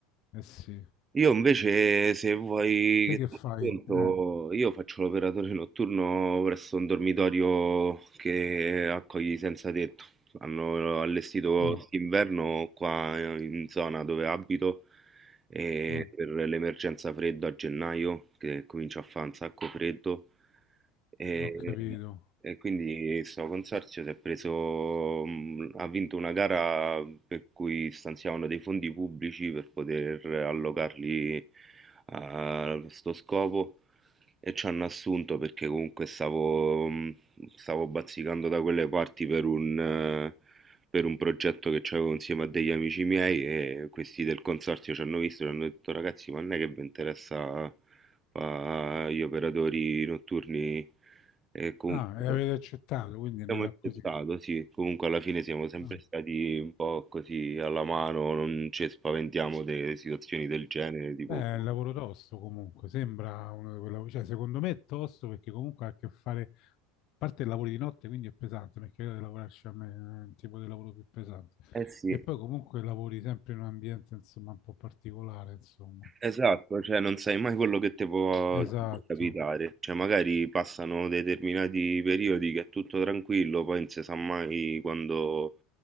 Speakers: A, on the left (about 55°); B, on the right (about 20°).
A: Eh sì,
B: Io invece, se vuoi
A: te
B: che
A: che
B: ti
A: fai?
B: racconto,
A: Eh,
B: io faccio l'operatore notturno presso un dormitorio che accoglie i senza tetto. Hanno allestito
A: ah,
B: quest'inverno qua in zona dove abito e
A: ah,
B: per l'emergenza freddo a gennaio, che comincia a fare un sacco freddo. E
A: ho capito.
B: e quindi sto consorzio si è preso, mh, ha vinto una gara per cui stanziavano dei fondi pubblici per poter allocarli a sto scopo e ci hanno assunto perché comunque stavo, mh, stavo bazzicando da quelle parti per un, eh, per un progetto che avevo insieme a degli amici miei e questi del consorzio ci hanno visto e ci hanno detto ragazzi ma non è che vi interessa fare gli operatori notturni e comunque
A: Ah, e avete accettato, quindi
B: abbiamo
A: è andata
B: accettato,
A: così.
B: sì, comunque alla fine siamo sempre
A: Ah,
B: stati un po' così alla mano, non ci spaventiamo delle situazioni del genere, tipo...
A: Beh, è un lavoro tosto comunque, sembra uno di quei lavori, cioè secondo me è tosto perché comunque ha a che fare, a parte il lavoro di notte, quindi è pesante, perché io devo lavorarci a me, è un tipo di lavoro più pesante.
B: Eh sì,
A: E poi comunque lavori sempre in un ambiente, insomma, un po' particolare, insomma.
B: esatto, cioè non sai mai quello che ti può
A: Esatto,
B: ti può capitare, cioè magari passano determinati periodi che è tutto tranquillo, poi non si sa mai quando,